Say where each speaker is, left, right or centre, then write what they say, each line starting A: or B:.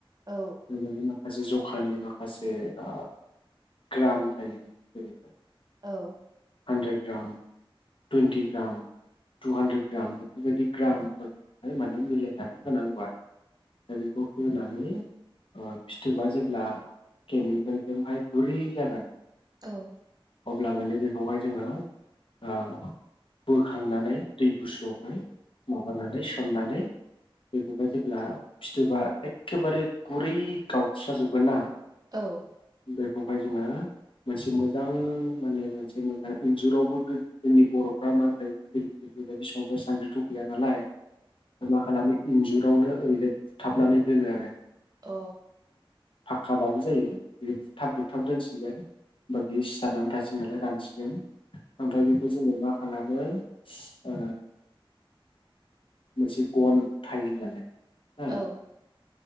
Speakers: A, on the right (about 45°); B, on the left (about 65°).
A: औ
B: जे माने माखासे जखानि माखासे अ ग्राम थायो जेरैहाय
A: औ
B: hundred gram twenty gram two hundred gram बेफोरबायदि ग्रामफोरा माने मिलाय नानै होनांगौ आर दा बेखौ होनानै अ फिथोबा जेब्ला केमिक केलजोंहाय गुरै जागोन
A: औ
B: अब्ला माने बेखौहाय जोङो आ बोखांनानै दै गुसुआवहाय माबानानै सोमनानै बेखौहाय जेब्ला फिथोबा एखेबारे गुरै गावस्राजोबगोन ना
A: औ
B: बेखौहाय जोङो मोनसे मोजां माने मोनसे मोजां इन्जुरावबो गो जोंनि बर'फ्रा मानदों गिदिर गिदिर बेबायदि संग्राय सान्द्रि थ गैया नालाय मा खालामो इन्जुरावनो ओरैजाय बुथाबनानै दोनो आरो
A: अ
B: फाखकाबाबो जायो बे बुथाब बुथाब दोनसिगोन होमबा बेयो सिथारनानै थासिगोन नालाय रानसिगोन ओमफ्राय बेखौ जोङो मा खालामो अ मोनसे गन थायो माने हो
A: औ